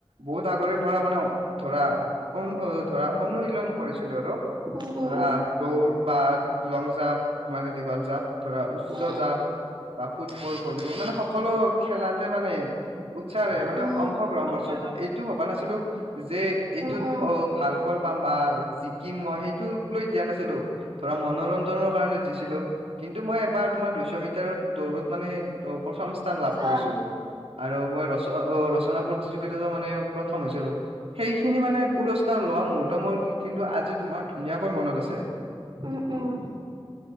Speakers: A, on the right; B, on the right.
A: বহুত আগৰে- পৰা মানে ধৰা- ধৰা অনুশীলন কৰিছ- আৰু
B: উম
A: ধৰা
B: উম
A: দৌৰ বা লং জাপ মানে দীঘল জাপ। ধৰা উচ্চ
B: উম উম
A: জাপ বা ফুটবল ভলীবল মানে সকলো খেলাতে মানে- উৎসাহ
B: উম
A: মানে অংশগ্ৰহণ
B: উম
A: কৰিছো এইটো ভবা নাছিলো যে এইটোত
B: উম উম
A: ভাল ফল- পাম বা জিকিম মই সেইটোক লৈ দিয়া নাছিলো। ধৰা মনোৰঞ্জনৰ কাৰণে দিছিলো। কিন্তু মই এবাৰ তোমাৰ দুইশ মিটাৰত দৌৰত- মানে ত প্ৰথম স্থান লাভ
B: হয়
A: কৰিছিলো আৰু মই ৰচনা অঁ ৰচনা - প্ৰতিযোগিতাতো মানে প্ৰথম হৈছিলো। সেইখিনি মানে পুৰস্কাৰ লোৱা মুহূৰ্ত মোৰ কিন্তু আজি- তোমাৰ ধুনীয়াকৈ মনত আছে।
B: উম উম।